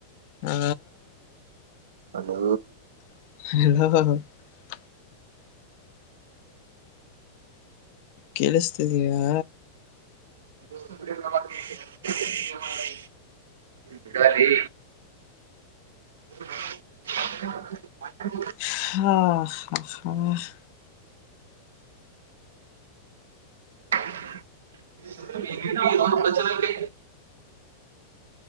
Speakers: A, on the left (about 50°); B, on the right (about 65°).
A: ಹಾ
B: ಹಲೋ
A: <unintelligible> ಕೇಳಿಸತಿದೀಯಾ
B: <unintelligible> ಬಿಡಲೇ ಹ
A: ಹಾ
B: <unintelligible>